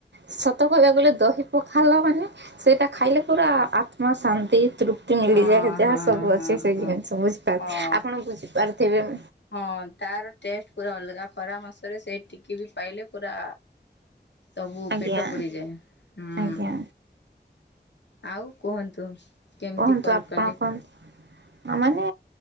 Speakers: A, on the right (about 80°); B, on the left (about 80°).
A: ସତ କହିବାକୁ ଗଲେ ଦହି ପଖାଳ ମାନେ ସେଇଟା ଖାଇଲେ ପୁରା ଆତ୍ମା ଶାନ୍ତି। ତୃପ୍ତି ମିଳିଯାଏ
B: ହଁ
A: ଯାହା
B: ହଁ
A: ସବୁ ଅଛି
B: ହଁ
A: ସେ
B: ହଁ
A: ଜିନିଷ ବୁଝିପାର
B: ହଁ
A: ଆପଣ ବୁଝିପାରୁଥିବେ
B: ହଁ ତାର ଟେଷ୍ଟ ପୁରା ଅଲଗା ପରାମର୍ଶରେ ସେ ଟିକି ବି ପାଇଲେ ପୁରା ତବୁ
A: ଆଜ୍ଞା
B: ପେଟ ପୁୁର ଯାଏ ହୁଁ।
A: ଆଜ୍ଞା
B: ଆଉ କୁହନ୍ତୁ? କେମିତି
A: କୁହନ୍ତୁ
B: କଲ୍
A: ଆପଣ
B: କଲି?
A: କୁହନ୍ତୁ ମାନେ